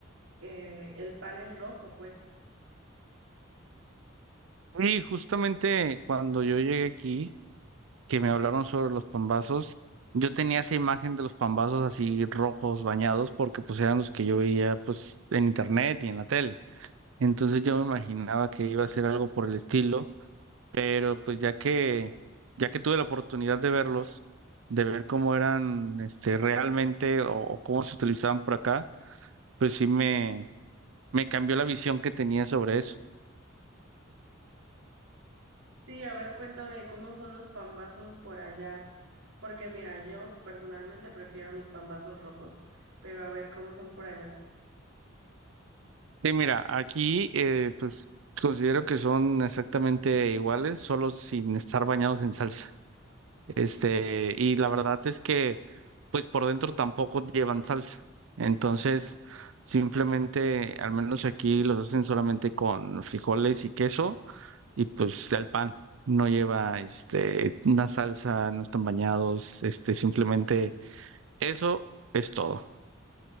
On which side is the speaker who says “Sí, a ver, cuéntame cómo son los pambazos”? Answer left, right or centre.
Right